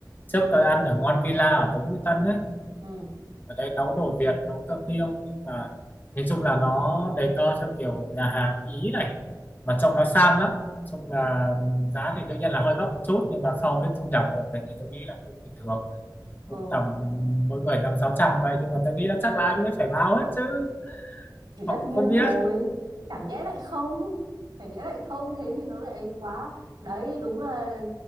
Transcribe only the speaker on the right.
Ừ.
Ờ.
thì tất
nhiên
rồi chẳng nhẽ lại không chẳng nhẽ lại không thế thì nó lại ấy quá đấy đúng là